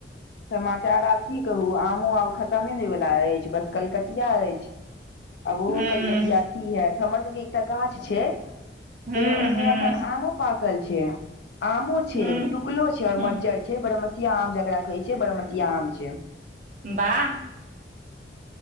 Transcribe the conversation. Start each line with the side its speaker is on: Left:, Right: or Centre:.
Left: समाचार आब की कहू आमो आब खतमे होय बला ऐछ बस कलकतिया अछि
Right: <inaudible>
Left: आब ओहो
Right: हँ
Left: कलकतिया अथी हैत हमर सब केँ एकटा गाछ छै
Right: हँ
Left: से ओइ
Right: हँ
Left: में आमो पाकल छै आमो छै
Right: हँ
Left: टुकलो छै और
Right: हँ
Left: मज्जर छै छै बड़मसिया आम जकरा कहै छै बड़मसिया आम छै
Right: वाह